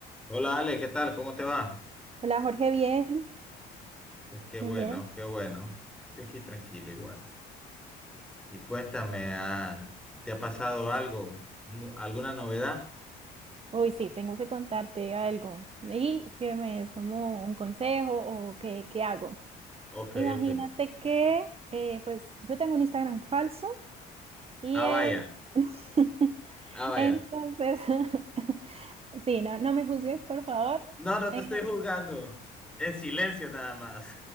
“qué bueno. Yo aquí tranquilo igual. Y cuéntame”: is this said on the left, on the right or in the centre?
Centre